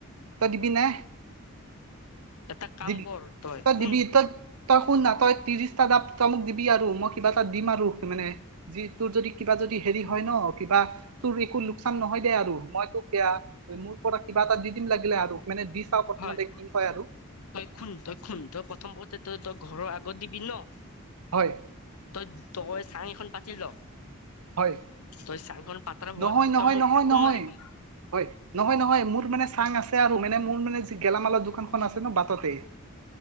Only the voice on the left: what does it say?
এটা কাম
কৰ
শুন
হয়
তই খুন তই খুন তই প্ৰথম মতে তই তই ঘৰৰ আগত দিবি ন
তই তই চাং এখন পাতি ল
তই চাঙখন পাত্ৰা
হোৱাৰ পিছত
তই মোক
ফোন
মাৰিবি